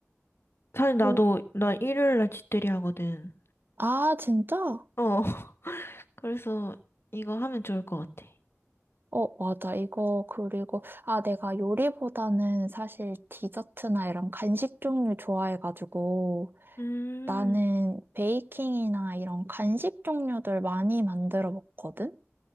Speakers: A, on the left; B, on the right.
A: 사실
B: 그,
A: 나도 나 일요일 날 집들이 하거든.
B: 아, 진짜?
A: 어, <laughs> 그래서 이거 하면 좋을 것 같아.
B: 어, 맞아. 이거, 그리고, 아, 내가 요리보다는 사실 디저트나 이런 간식 종류 좋아해가지고,
A: 음,
B: 나는 베이킹이나 이런 간식 종류들 많이 만들어 먹거든?